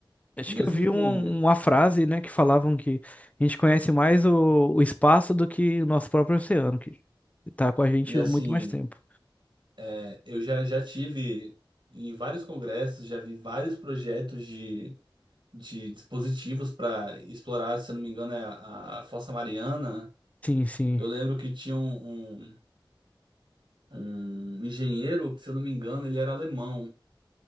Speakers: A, on the left; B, on the right.
A: Acho
B: Mesmo
A: que eu vi
B: com.
A: um- uma frase, né, que falavam que a gente conhece mais o, o espaço do que o nosso próprio oceano, que tá com a gente
B: E assim,
A: muito mais tempo.
B: é, eu já, já tive em vários congressos, já vi vários projetos de, de dispositivos para explorar, se eu não me engano, é a, a Fossa Mariana.
A: Sim, sim.
B: Eu lembro que tinha um, um, um engenheiro, que, se eu não me engano, ele era alemão.